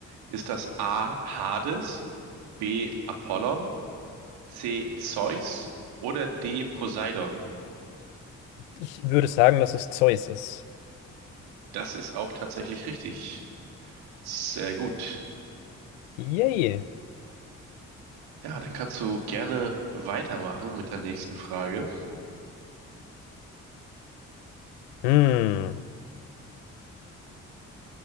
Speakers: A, on the right (about 70°); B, on the left (about 80°).
A: Ist das A. Hades, B. Apollon, C. Zeus oder D. Poseidon?
B: Ich würde sagen, dass es Zeus ist.
A: Das ist auch tatsächlich richtig. Sehr gut.
B: Yay.
A: Ja, dann kannst du gerne weitermachen mit der nächsten Frage.
B: Hm.